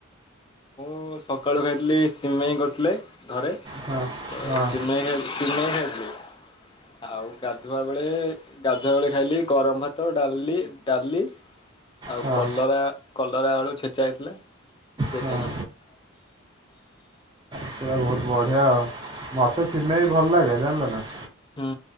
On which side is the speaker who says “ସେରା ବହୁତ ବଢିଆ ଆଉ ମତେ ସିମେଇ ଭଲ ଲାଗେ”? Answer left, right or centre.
Right